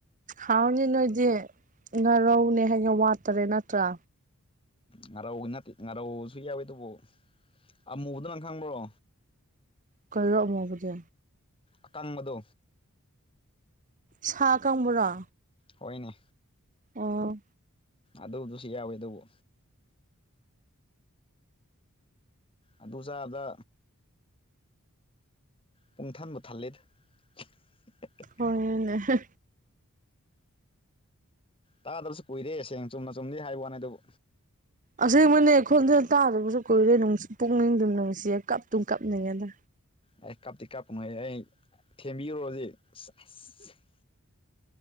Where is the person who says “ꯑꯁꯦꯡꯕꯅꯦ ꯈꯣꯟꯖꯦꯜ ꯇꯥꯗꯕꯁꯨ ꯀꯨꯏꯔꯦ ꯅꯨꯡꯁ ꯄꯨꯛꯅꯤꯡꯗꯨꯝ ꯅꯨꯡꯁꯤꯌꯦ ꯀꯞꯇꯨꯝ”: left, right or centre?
Right